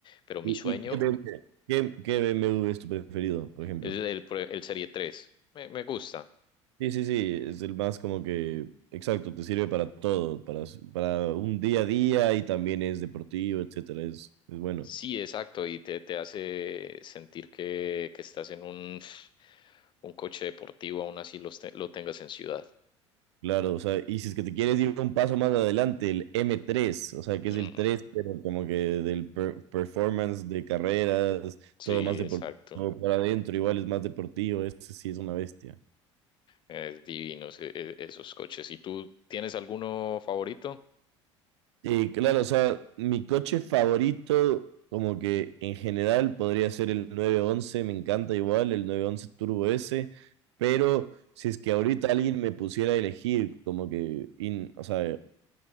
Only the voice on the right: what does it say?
¿Y,
y qué BMW? ¿Qué, qué BMW es tu preferido, por ejemplo?
Sí, sí, sí, es el más como que, exacto, te sirve para todo, para, s- para un día a día y también es deportivo, etcétera, es, es bueno.
Claro, o sea, y si es que te quieres ir un paso más adelante, el M3, o sea, que
es el 3, pero como que del per- performance de carreras,
todo más deportivo
para adentro, igual es más deportivo, ese sí es una bestia.
Y claro, o sea, mi coche favorito, como que en general podría ser el nueve once. me encanta igual, el nueve once Turbo S, pero si es que ahorita alguien me pusiera a elegir, como que, in- o sea,